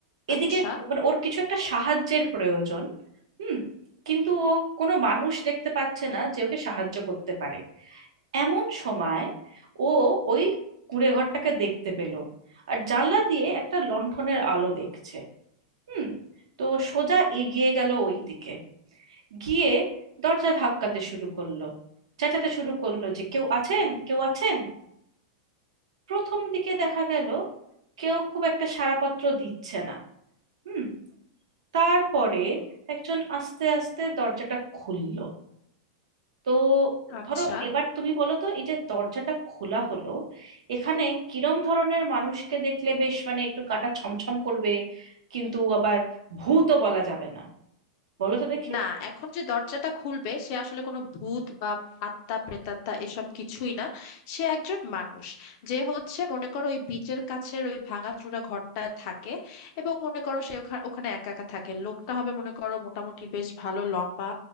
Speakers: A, on the right; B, on the left.
A: এদিকে
B: আচ্ছা
A: মানে ওর কিছু একটা সাহায্যের প্রয়োজন হুম কিন্তু ও কোনো মানুষ দেখতে পাচ্ছে না যে ওকে সাহায্য করতে পারে এমন সময় ও ওই কুঁড়ে ঘরটাকে দেখতে পেল আর জানলা দিয়ে একটা লণ্ঠনের আলো দেখছে হুম তো সোজা এগিয়ে গেল ওই দিকে গিয়ে দরজা ধাক্কাতে শুরু করলো চেঁচাতে শুরু করলো যে কেউ আছেন কেউ আছেন প্রথম দিকে দেখা গেল কেউ খুব একটা সাড়াপত্র দিচ্ছে না হুম তারপরে একজন আস্তে আস্তে দরজাটা খুলল তো
B: আচ্ছা
A: ধরো এবার তুমি বলো তো এই যে দরজাটা খোলা হলো এখানে কিরম ধরনের মানুষকে দেখলে বেশ মানে একটু গাটা ছমছম করবে কিন্তু আবার ভূতও বলা যাবে না বলো তো দেখি
B: না এখন যে দরজাটা খুলবে সে আসলে কোনো ভূত বা আত্মা প্রেতাত্মা এসব কিছুই না সে একজন মানুষ যে হচ্ছে মনে করো ওই বিচের কাছের ওই ভাঙাচুরা ঘরটায় থাকে এবং মনে করো সে ওখানে ওখানে একা একা থাকে লোকটা হবে মনে করো মোটামুটি বেশ ভালো লম্বা